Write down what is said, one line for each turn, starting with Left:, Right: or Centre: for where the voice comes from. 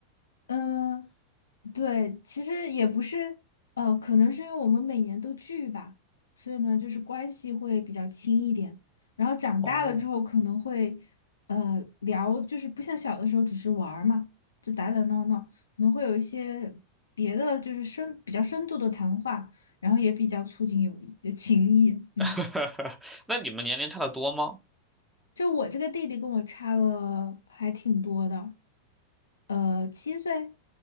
Left: 嗯、对，其实也不是，呃，可能是因为我们每年都聚吧，所以呢，就是关系会比较亲一点。然后长大了之后，
Centre: 哦，
Left: 可能会，呃，聊，就是不像小的时候只是玩儿嘛，就打打闹闹，可能会有一些别的，就是深比较深度的谈话，然后也比较促进友谊，呃情谊，嗯。
Centre: <laughs> 那你们年龄差的多吗？
Left: 就我这个弟弟跟我差了还挺多的，呃，七岁，